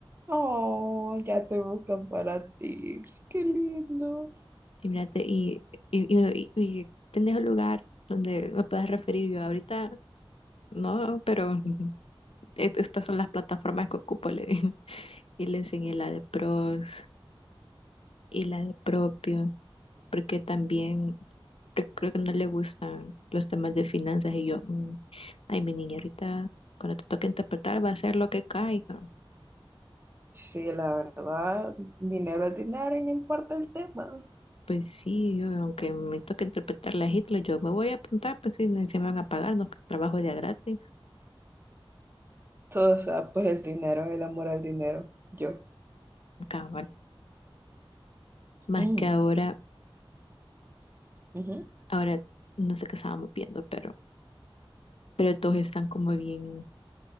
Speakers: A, on the right; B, on the left.
A: Oh, ya te buscan para tips. Qué lindo.
B: y mírate, y, y, y, y- y, ¿tenés un lugar donde me puedas referir? Y yo, ahorita no, pero <laughs> est- estas son las plataformas que ocupo, le dije y le enseñé la de pros, y la de propio, porque también cre- creo que no le gustan los temas de finanzas y yo, mm, ay, mi niña, ahorita cuando te toque interpretar va a ser lo que caiga.
A: Sí, la verdad, dinero es dinero y no importa el tema.
B: Pues sí, yo, aunque me toque interpretar la Hitler, yo me voy a apuntar, pues sí, me- se me van a pagar, no que trabajo de a gratis,
A: Todo se va por el dinero, el amor al dinero. Yo.
B: cabal. Más
A: Mm,
B: que ahora,
A: ujú,
B: ahora no sé qué estábamos viendo, pero, pero todos están como bien,